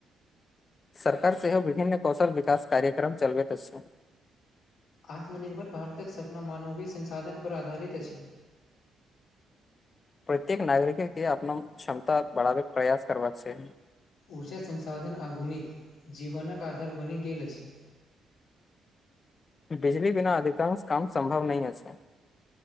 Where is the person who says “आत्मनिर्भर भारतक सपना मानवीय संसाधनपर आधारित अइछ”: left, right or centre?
Left